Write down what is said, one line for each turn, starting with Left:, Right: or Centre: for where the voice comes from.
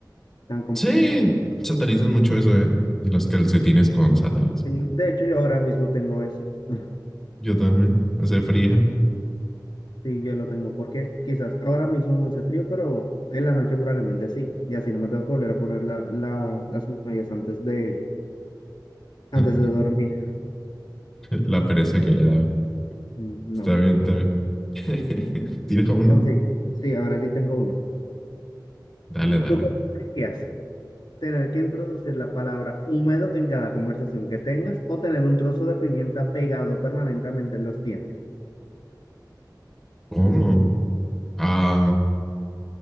Left: tan complicada.
Centre: Sí, satanizan mucho eso, ¿eh? De los calcetines con sandalias.
Left: Sí, de hecho, yo ahora mismo tengo eso <laughs>
Centre: Yo también. Hace frío.
Left: Sí, yo lo tengo porque quizás ahora mismo no hace frío, pero en la noche probablemente sí. Y así no me tengo que volver a poner la, la- las medias antes de, antes
Centre: <laughs>
Left: de dormir.
Centre: La pereza que le daba.
Left: Mm, No,
Centre: Está bien,
Left: pues bueno.
Centre: está bien. <laughs> Tira uno.
Left: Ok, sí, ahora sí tengo uno.
Centre: Dale, dale.
Left: ¿Tú qué preferirías? tener que introducir la palabra húmedo en cada conversación que tengas o tener un trozo de pimienta pegado permanentemente en los dientes.
Centre: ¿Cómo? Ah,